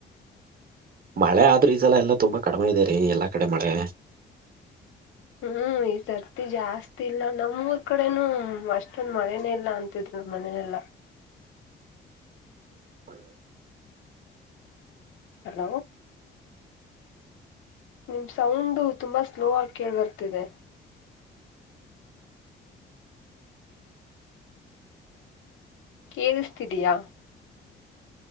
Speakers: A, on the right (about 50°); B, on the left (about 80°).
A: ಮಳೆ ಆದ್ರೂ ಈಸಲ್ಲ ಎಲ್ಲಾ ತುಂಬಾ ಕಡಿಮೆ ಇದೆ ರೀ ಎಲ್ಲಾ ಕಡೆ ಮಳೆ
B: ಹ್ಮ್ ಈ ಸರ್ತಿ ಜಾಸ್ತಿ ಇಲ್ಲ ನಮ್ಮೂರ್ ಕಡೆನೂ ಅಷ್ಟೊಂದ ಮಳೆನೇ ಇಲ್ಲ ಅಂತಿದರು ಮನೆಯ ಎಲ್ಲ
A: <inaudible>
B: ಹಲೋ ನಿಮ್ ಸೌಂಡು ತುಂಬಾ ಸ್ಲೋ ಆಗಿ ಕೇೇಳಬರ್ತಿದೆ. ಕೇಳಿಸ್ತಿದಯಾ